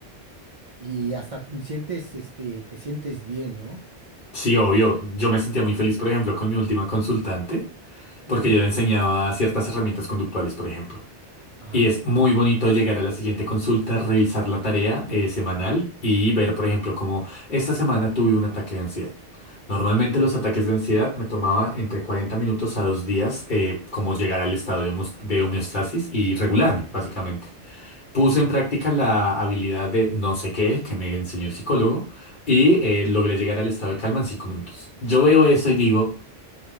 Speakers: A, on the right (about 40°); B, on the left (about 45°).
A: Y hasta sientes, este, te sientes bien, ¿no?
B: Sí, obvio, yo me sentía muy feliz, por ejemplo, con mi última consultante,
A: Ujú,
B: porque yo le enseñaba ciertas herramientas conductuales, por ejemplo.
A: Ajá.
B: Y es muy bonito llegar a la siguiente consulta, revisar la tarea eh, semanal y ver, por ejemplo, como esta semana tuve un ataque de ansiedad. Normalmente
A: ujú,
B: los ataques de ansiedad me tomaba entre 40 minutos a dos días eh, como llegar al estado de homos- de homeostasis y regularme,
A: ujú,
B: básicamente.
A: Ujú.
B: Puse en práctica la habilidad de no sé qué que me enseñó el psicólogo y eh, logré llegar al estado de calma en cinco minutos. Yo veo eso y digo,